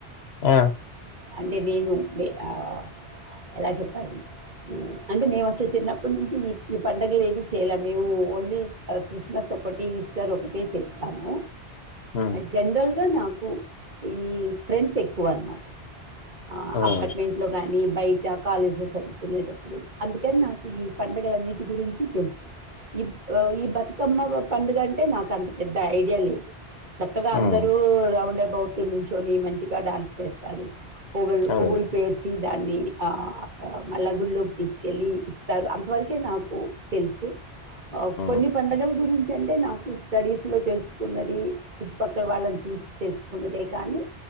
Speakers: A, on the left; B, on the right.
A: ఆ
B: అంటే వేను ఆ ఎలా చెప్పారు అంటే మేము అసలు చిన్నప్పటి నుంచి ఈ ఈ పండగలు ఏది చేయలే మేము ఓన్లీ క్రిస్మస్ ఒకటి ఈస్టర్ ఒకటి చేస్తాము
A: ఆ
B: జెన్రల్గా నాకు ఈ ఫ్రెండ్స్ ఎక్కువ అన్మాట అ
A: హ్మ్.
B: అప్పట్ లో కానీ బయట కాలేజీలో చదువుకునేటప్పుడు అందుకని నాకు ఈ పండుగల అన్నిటి గురించి తెలుసు ఈ ఈ బతుకమ్మ పండుగ అంటే నాకు అంత పెద్ద ఐడియా లేదు చక్కగా
A: హ్మ్.
B: అందరుూ రౌండ్ అబౌట్ నుంచొని మంచిగ డాన్స్ చేస్తారు పుగల్
A: అదే.
B: పువుల్
A: అదే.
B: పేర్ వచ్చి దాన్ని ఆ మల్ల గుడిలోకి తీసుకెళ్ళి ఇస్తారు అంతవరుకే నాకు తెలుసు
A: హ్మ్.
B: కొన్ని పండగల గురించి అంటే నాకు స్టడీస్ లో తెలుసుకున్నది చుట్టుపక్కల వాళ్ళని చూసి తెసుకున్నదే కానీ